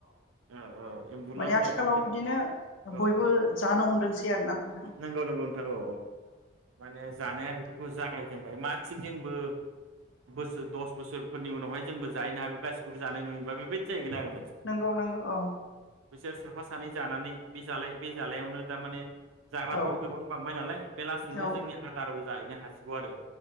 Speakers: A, on the right; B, on the left.
A: औ औ एम्बुलार
B: माने
A: होन
B: आथिखालाव
A: जों दैखौ
B: बिदिनो
A: औ
B: बयबो जानो हमदोंसै आरोना नोंथां
A: नंगौ नंगौ नोंथां औ औ माने ज जानाया बेफोरखौ जागायजेनबाय मा थिग जोंबो बोसोर दस बोसोरफोरनि उनावहाय जोंबो जाहैनो हागौ गासिबो। बेखौबो जानाय नुयोबा बेबायदि जाहैगोन आरो।
B: नंगौ नंगौ औ।
A: बिसोर साफा सानै जानानै बे जालाय बे जालायावनो दा माने जाग्राफ्राबो
B: औ
A: गोबां बांबाय नालाय बे लासैनो
B: औ
A: जोंनि आदार जाहैनो हासिगौ आरो।